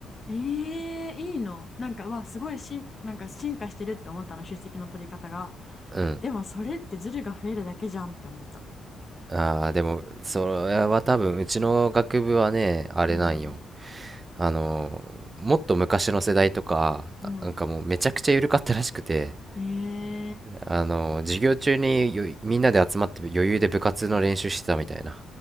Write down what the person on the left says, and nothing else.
えー、いいのなんか、わ、すごいしん、なんか進化してるって思ったの、出席の取り方が。
でも、それってズルが増えるだけじゃんって思った。
うん、
うん。
えー、